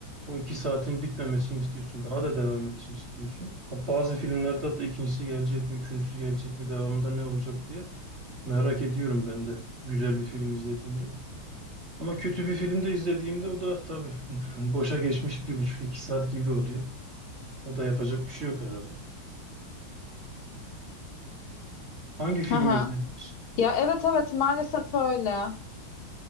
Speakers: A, on the right; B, on the left.
A: o iki saatin bitmemesini istiyorsun. Daha da devam etsin istiyorsun. Ha, Bazı filmlerde hatta ikincisi gelecek mi, üçüncüsü gelecek mi, devamında ne olacak diye merak ediyorum ben de güzel bir film izlediğimde. Ama kötü bir film de izlediğimde o da tabii <laughs> boşa geçmiş bir buçuk iki saat gibi oluyor. O da yapacak bir şey yok herhalde. Hangi filmi
B: Hı hı.
A: izlediniz?
B: Ya evet evet maalesef öyle.